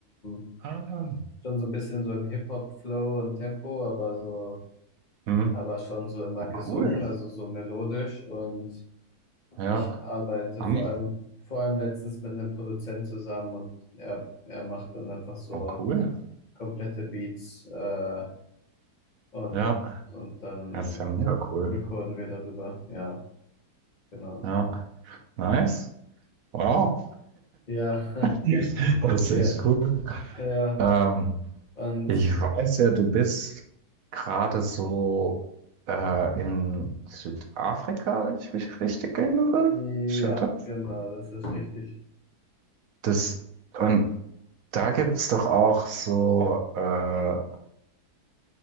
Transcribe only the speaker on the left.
ähm,
schon so ein bisschen so im Hip-Hop-Flow und Tempo, aber so,
aber schon so immer
gesungen,
also so melodisch und
ich arbeite
vor allem, vor allem letztens mit einem Produzent zusammen und er, er macht dann einfach so
komplette Beats äh, und,
und dann
recorden wir darüber. Ja, genau.
Ja,
<laughs>
ja,
ja.
Und
ja,
genau, das ist richtig.